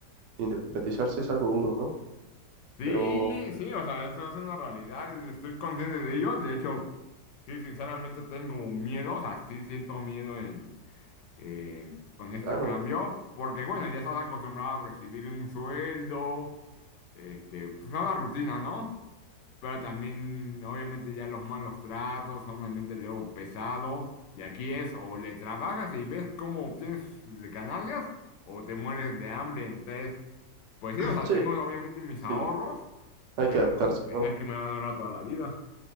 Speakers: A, on the right (about 75°); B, on the left (about 75°).
A: independizarse es algo duro, ¿no?
B: Sí,
A: Pero,
B: sí, o sea, eso es una realidad, estoy consciente de ello, de hecho, sí, sinceramente tengo miedo, o sea, sí siento miedo en, eh, con este
A: claro,
B: cambio, porque bueno, ya estás acostumbrado a recibir un sueldo, este, pues es una rutina, ¿no? Pero también, obviamente, ya los malos tratos, a un ambiente luego pesado, de aquí es, o le trabajas y ves cómo obtienes de ganancias, o te mueres de hambre, entonces... Pues sí,
A: <laughs>
B: o sea,
A: sí,
B: tengo
A: hay que,
B: obviamente mis
A: sí,
B: ahorros,
A: hay
B: pero
A: que adaptarse,
B: bueno,
A: ¿no?
B: es que me van a durar toda la vida.